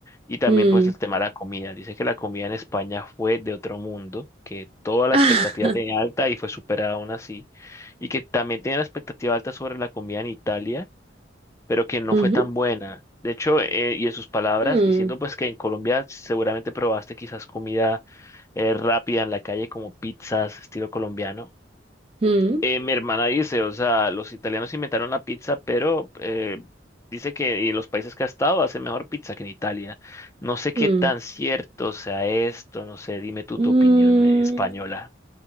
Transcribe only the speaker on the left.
Y también
pues el tema de la comida. Dice que la comida en España fue de otro mundo, que toda la
expectativa
tenía alta y fue superada aún así. Y que también tenía la expectativa alta sobre la comida en Italia pero que no
fue tan buena. De hecho, eh, y en sus palabras,
diciendo pues que en Colombia seguramente probaste quizás comida eh, rápida en la calle como pizzas estilo colombiano.
Eh, mi hermana dice, o sea, los italianos inventaron la pizza, pero eh, dice que y en los países que ha estado hace mejor pizza que en Italia. No sé qué
tan cierto sea esto, no sé, dime tú
tu opinión eh, española.